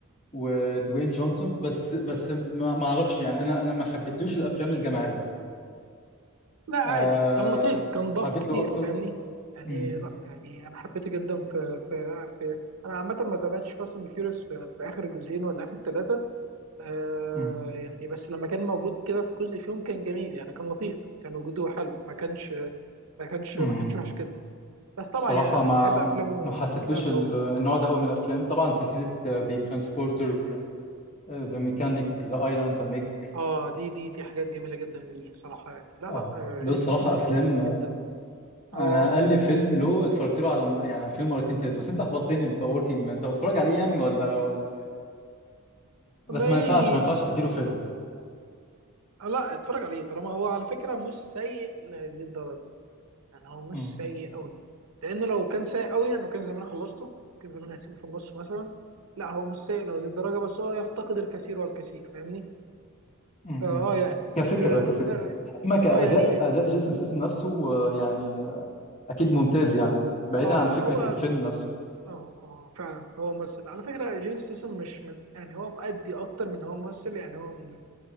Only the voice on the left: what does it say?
ودوين جونسون بس بس ما ما اعرفش يعني انا انا ما حبيتلوش الافلام الجماعيه
أه...
حبيت
له اكتر
امم
امم
امم
صراحه
ما
ما حسيتلوش
ال-
النوع ده قوي من الافلام طبعا سلسله ذا ترانسبورتر ذا ميكانيك ذا ايلاند ذا ميج
اه
ده
الصراحة
أفلام
أنا أقل فيلم له اتفرجت له على م- يعني على فيلم مرتين تلاتة بس أنت أخبطتني بوركينج مان أنت بتتفرج عليه يعني ولا ولا
بس ما ينفعش ما ينفعش أديله فيلم
امم
امم
كفكرة
كفكرة
أما كأداء
أداء جيسون سيسم نفسه آه، يعني آه، أكيد ممتاز يعني بعيدا
عن
فكرة
الفيلم نفسه